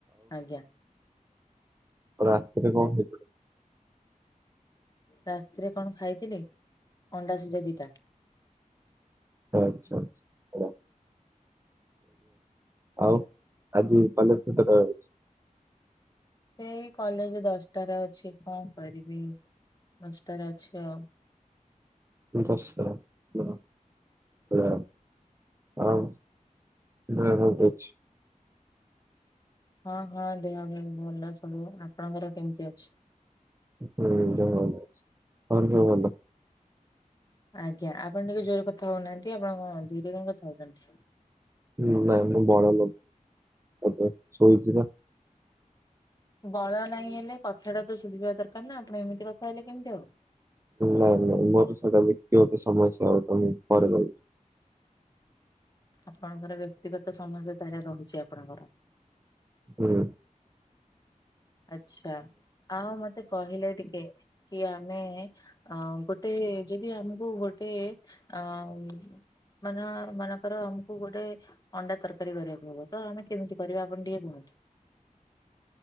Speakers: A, on the left (about 30°); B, on the right (about 20°).
A: ଆଜ୍ଞା।
B: ରାତିରେ କଣ ହେଇଥିଲା?
A: ରାତିରେ କଣ ଖାଇଥିଲି ଅଣ୍ଡା ସିଝା ଦିଟା।
B: ଆଚ୍ଛା ଆଛା ଭଲ। ଆଉ ଆଜି କଲେଜ କେତଟାରେ ଅଛି?
A: ସେଇ କଲେଜ ଦଶଟାରେ ଅଛି କଣ କରିବି ଦଶଟାରେ ଅଛି ଆଉ।
B: ଦଶଟା ହଁ। ହ୍ୟାଲୋ ଆଉ ଦେହ କେମିତି ଅଛି?
A: ହଁ ହଁ ଦେହ ଭଲ ସବୁ। ଆପଣଙ୍କର କେମିତି ଅଛି?
B: ହୁଁ ଦେହ ଭଲ ଅଛି। ଘରେ ସବୁ ଭଲ?
A: ଆଜ୍ଞା ଆପଣ ଟିକେ ଜୋରରେ କଥା ହଉନାହାନ୍ତି ଆପଣ ଧୀରେ କାଇଁ କଥା ହଉଛନ୍ତି।
B: ହୁଁ ନାଇଁ ମୁଁ ବଡ ଲୋକ ଶୋଇଛି ପା।
A: ବଳ ନାହିଁ ହେଲେ କଥାଟା ତ ଶୁଭିବା ଦରକାର ନା ଆପଣ ଏମିତି କଥା ହେଲେ କେମିତି ହବ?
B: ନାଇଁ ନାଇଁ ମୋର ସେଇଟା ବ୍ୟକ୍ତିଗତ ସମସ୍ୟା ପରେ କହିବି।
A: ଆପଣଙ୍କର ବ୍ୟକ୍ତିଗତ ସମସ୍ୟା ତାହାଲେ ରହୁଛି ଆପଣଙ୍କର।
B: ହୁଁ।
A: ଆଚ୍ଛା। ଆଉ ମତେ କହିଲେ ଟିକେ କି ଆମେ ଅ ଗୋଟେ ଯଦି ଆମକୁ ଗୋଟେ ଅ ମାନ, ମାନଙ୍କର ଆମକୁ ଗୋଟେ ଅଣ୍ଡା ତରକାରୀ କରିବାକୁ ହବ ତ, ଆମେ କେମିତି କରିବା ଆପଣ ଟିକେ କୁହନ୍ତୁ?